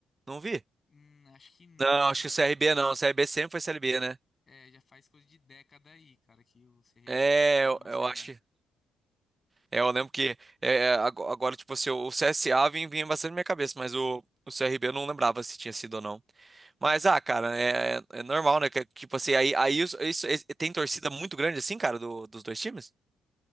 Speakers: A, on the right; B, on the left.
A: Não vi?
B: Hum, acho que não,
A: Não,
B: cara.
A: acho
B: Acho
A: que o CRB
B: que já faz
A: não, o CRB sempre foi Série B, né?
B: É, já faz coisa de década aí, cara, que o CRB
A: É,
B: pisou
A: eu,
B: na
A: eu
B: Série
A: acho
B: A.
A: que É, eu lembro que é, é, ago- agora, tipo assim, o CSA vinha, vinha bastante na minha cabeça, mas o, o CRB eu não lembrava se tinha sido ou não. Mas, ah, cara, é, é é normal, né? Que, tipo assim, aí, aí isso, isso- esse- tem torcida muito grande assim, cara, do- dos dois times?